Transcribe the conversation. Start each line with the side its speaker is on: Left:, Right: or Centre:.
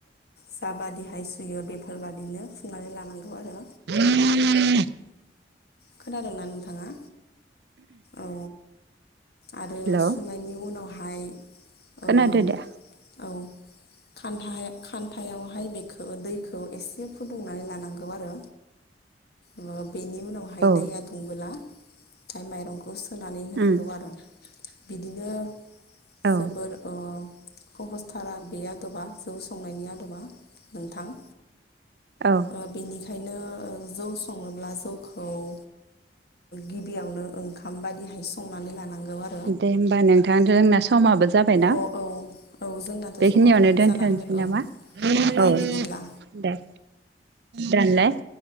Left: जाबादिहाय सुयो बेफोरबादिनो सुनानै लानांगौ आरो।
Right: <unintelligible>
Left: खोनादोंना नोंथाङा? औ। आरो
Right: हेलौ
Left: सुनायनि उनावहाय
Right: खोनादो
Left: औ
Right: दा
Left: खान्था खान्थायावहाय बेखौ दैखौ एसे फुदुंनानै लानांगौ आरो। अ बेनि उनाव हाय
Right: औ
Left: दैया दुंबोलाथाय माइरंखौ सोनानै होनांगौ
Right: उम
Left: आरो। बिदिनो
Right: औ
Left: जोबोर ओ कहस्थार आरो बे आदबा जौ संनायनि आदबा नोंथां।
Right: औ।
Left: ओ बेनिखायनो ओ जौ सङोब्ला जौखौ ओ गिबियावनो ओंखाम बायदिहाय संनानै लानांगौ आरो।
Right: दे होमबा नोंथां जोंना समाबो जाबायना।
Left: अ औ औ जोंनाथ'
Right: बेखिनियावनो
Left: समाव
Right: दोन्थ'सै
Left: जाना फैबाय औ
Right: नामा
Left: दे
Right: औ।
Left: बिदिब्ला
Right: दे दानलाय।